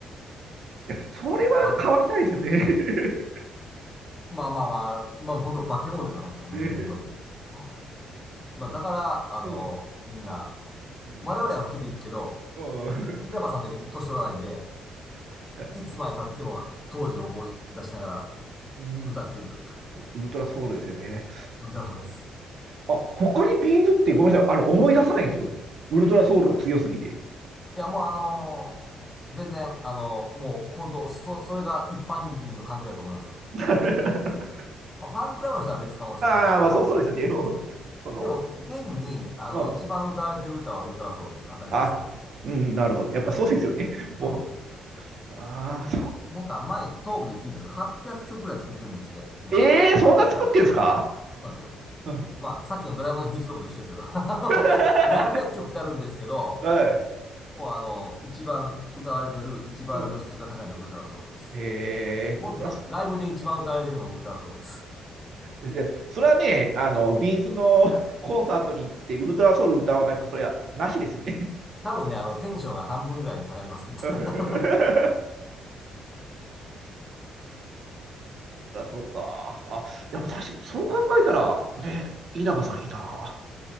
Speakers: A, on the right; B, on the left.
A: や、それは変わりたいですよね。
B: もうば、
A: <laughs>
B: まあまあまあ、まあ本当化け物ですよ、あの人、本当に。
A: ね
B: うん。まあだから、あの、
A: うん。
B: みんな、
A: うん。
B: 我々は老けていくけど、
A: うん。
B: 稲葉さんだけ年取らないんで、
A: 確かに。
B: いつまで経っても当時を思い出しながら
A: うん。
B: 歌聴けるという、
A: ウルトラソウルですよね。
B: <laughs> 歌そうです。
A: あ、他にビーズってごめんなさい。あの、思い出さないんですよね。ウルトラソウルが強すぎて。
B: いや、もうあのー全然、あのーもう本当、そ、それが一般人の感覚だと思います。
A: <laughs>
B: まあファンクラブの人は別かもしれませんけれども、
A: ああ、まあそう、そうですよね。もうその、
B: でも、現に、あの、
A: うん。
B: 一番歌われてる歌はウルトラソウルです。当たり前ですけど。
A: あ、うん、なるほど。やっぱそうですよね。も
B: うん。
A: う、ああ、
B: えっとね、
A: そ、
B: なんか前、トークで聞いたんですが、800曲ぐらい作ってるんですって、今まで。
A: ええー、そんな作ってんすか
B: あの二人。そうなんですよ。
A: はい。
B: まあ、さっきのドラえもんの秘密道具と一緒ですけど、<laughs> あの何百曲ってあるんですけど、
A: <laughs> はい。
B: もうあの、一番歌われてる、一番露出が高いのはウルトラソウルです。
A: うん。へえ、
B: もっと言うと、
A: ウルトラ
B: ライブで一番歌われてるのはウルトラソウルです。
A: いや、それはね、あの、ビーズの <laughs> コンサートに行って、ウルトラソウル歌わないとか、それはなしですよね。
B: 多分ね、あの、テンションが半分ぐらいに下がります、きっと。
A: <laughs> ウル
B: <laughs>
A: トラソウルか。あ、やっぱ確かに、そう考えたら、ね、稲葉さんいいな。